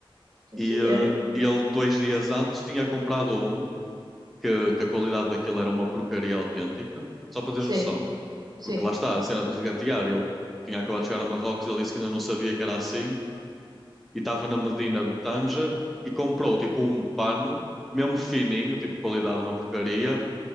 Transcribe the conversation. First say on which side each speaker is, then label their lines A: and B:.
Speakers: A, on the right; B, in the centre.
A: Sim,
B: E
A: senhora.
B: eh, ele, dois dias antes, tinha comprado um que, que a qualidade daquilo era uma porcaria autêntica, só para teres
A: Sim,
B: noção.
A: sim.
B: Porque lá está, a cena de regatear. Ele tinha acabado de chegar a Marrocos, ele disse que ainda não sabia que era assim, e estava na Medina de Tanger e comprou tipo um pano, mesmo fininho, tipo qualidade uma porcaria,